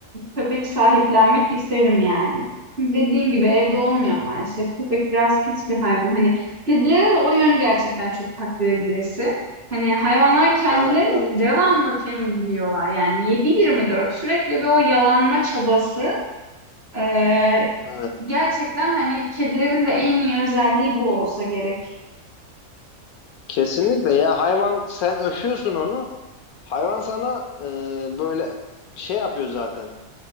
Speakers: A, on the right; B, on the left.
A: köpek sahiplenmek isterim yani. Dediğin gibi evde olmuyor maalesef. Köpek biraz pis bir hayvan. Hani kedilerin de o yönü gerçekten çok takdir edilesi. Hani hayvanlar kendilerini
B: Evet, evet,
A: devamlı temizliyorlar. Yani yedi yirmi dört sürekli bir o yalanma çabası. Ee,
B: evet.
A: gerçekten hani kedilerin de en iyi özelliği bu olsa gerek.
B: Kesinlikle ya hayvan sen öpüyorsun onu. Hayvan sana e, böyle şey yapıyor zaten.